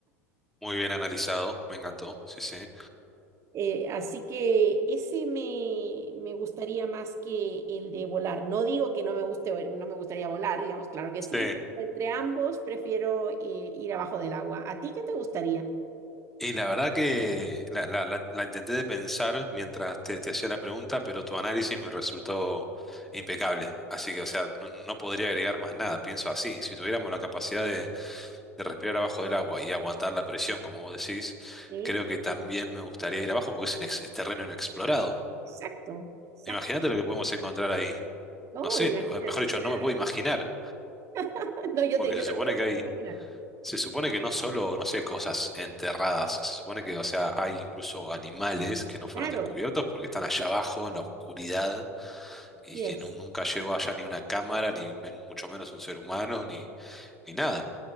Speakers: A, in the centre; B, on the right.
A: Muy bien analizado, me encantó. Sí, sí.
B: Eh, así que ese me, me gustaría más que el de volar. No digo que no me guste, vo- no me gustaría volar, digamos, claro que
A: Sí,
B: sí, pero entre ambos prefiero eh, ir abajo del agua. ¿A ti qué te gustaría?
A: Y la verdad que la, la- la- la intenté de pensar mientras te, te hacía la pregunta, pero tu análisis me resultó impecable. Así que, o sea, no, no podría agregar más nada, pienso así. Si tuviéramos la capacidad de, de respirar abajo del agua y aguantar la presión, como vos decís,
B: Sí,
A: creo que también me gustaría ir abajo porque es, un terreno inexplorado.
B: exacto, exacto.
A: Imagínate lo que podemos encontrar ahí.
B: No,
A: No sé,
B: imagínate,
A: mejor dicho,
B: o sea,
A: no me puedo imaginar,
B: <laughs> no, yo,
A: porque
B: te, yo
A: se
B: tampoco
A: supone que
B: me
A: hay
B: lo puedo imaginar.
A: Se supone que no solo, no sé, cosas enterradas, se supone que, o sea, hay incluso animales que no fueron
B: Claro,
A: descubiertos porque están allá abajo en la oscuridad y
B: yes,
A: que nu- nunca llegó allá ni una cámara, ni men- mucho menos un ser humano, ni, ni nada.